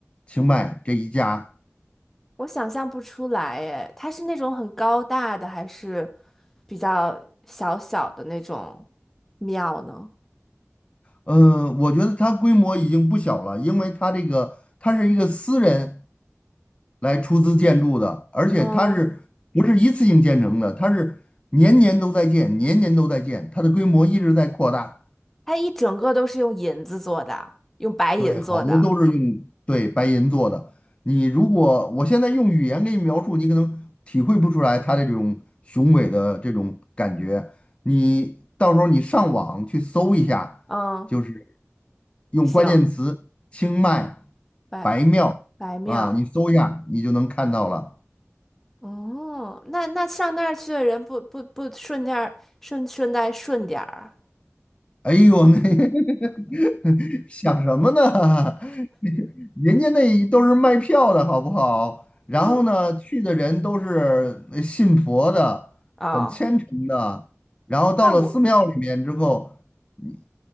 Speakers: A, on the left (about 25°); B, in the centre.
A: 清迈这一家。
B: 我想象不出来诶，它是那种很高大的，还是比较小小的那种庙呢？
A: 呃，我觉得它规模已经不小了，因为它这个它是一个私人。来出资建筑的，而且它是不是一次性建成的？
B: 嗯，
A: 它是年年都在建，年年都在建，它的规模一直在扩大。
B: 它一整个都是用银子做的，用白银做的。
A: 对，好多都是用对白银做的。你如果我现在用语言给你描述，你可能体会不出来它的这种雄伟的这种感觉。你到时候你上网去搜一下，
B: 嗯，
A: 就是用关键词“清迈
B: 行，白
A: 白庙”
B: 白庙。
A: 啊，你搜一下，你就能看到了。
B: 哦，那那上那儿去的人不不不顺点儿顺顺带顺点儿，
A: 哎呦，那 <laughs> <laughs> 想什么呢？<laughs> 人家那都是卖票的好不好？然后呢，
B: 嗯，
A: 去的人都是呃信佛的，
B: 哦，
A: 很虔诚的。然后到了寺庙里面之后，
B: 那我
A: 你